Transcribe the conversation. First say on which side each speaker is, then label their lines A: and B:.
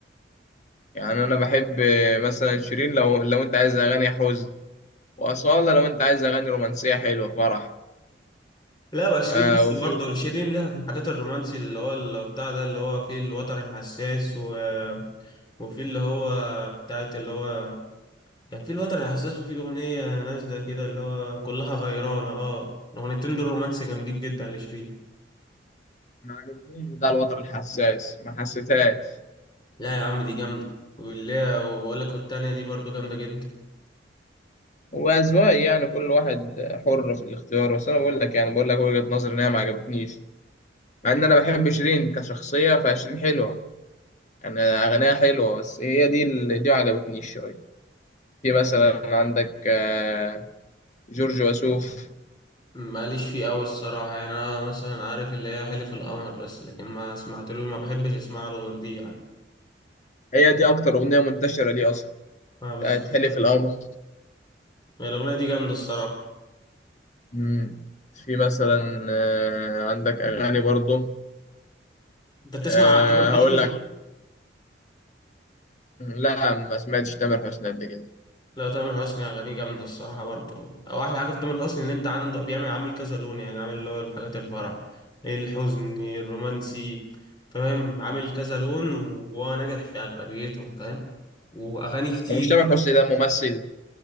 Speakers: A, on the left; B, on the left.
A: يعني انا بحب آه، مثلا شيرين لو لو انت عايز اغاني حزن وأصالة لو أنت عايز أغاني رومانسية حلوة فرح
B: لا بس
A: آه
B: شيرين بس
A: وفي
B: برضه شيرين لها في الحاجات الرومانسي اللي هو اللي بتاع ده اللي هو فيه الوتر الحساس و... وفيه اللي هو بتاعت اللي هو كان فيه الوتر الحساس وفيه أغنية نازلة كده اللي هو كلها غيرانة اه الأغنيتين دول رومانسي جامدين جدا لشيرين
A: ما عجبتنيش بتاع الوتر الحساس ما حسيتهاش
B: لا يا عم دي جامدة واللي هي وبقول لك والتانية دي برضه جامدة جدا
A: هو أذواق يعني كل واحد حر في الاختيار بس أنا بقول لك يعني بقول لك وجهة نظري إن هي ما عجبتنيش مع إن أنا بحب شيرين كشخصية فشيرين حلوة يعني أغانيها حلوة بس هي دي اللي دي ما عجبتنيش شوية في مثلا عندك آه، جورج وسوف
B: ماليش فيه أوي الصراحة يعني أنا مثلا عارف اللي هي حلف القمر بس لكن ما سمعتلوش ما بحبش أسمع له غير دي يعني
A: هي دي أكتر أغنية منتشرة ليه أصلا
B: ما بالظبط
A: بتاعت حلف القمر
B: الأغنية دي جامدة الصراحة
A: مم. في مثلا آه، عندك أغاني برضه
B: انت بتسمع
A: آه،
B: تامر حسني
A: هقول لك لا ما سمعتش تامر حسني قبل كده
B: لا تامر حسني اغانيه جامده الصراحه برضه او احلى حاجه في تامر حسني ان انت عنده بيعمل عامل كذا لون يعني عامل اللي هو الحاجات الفرح الحزن الرومانسي فاهم عامل كذا لون وهو ناجح في اغلبيتهم فاهم واغاني كتير
A: ومش تامر حسني ده ممثل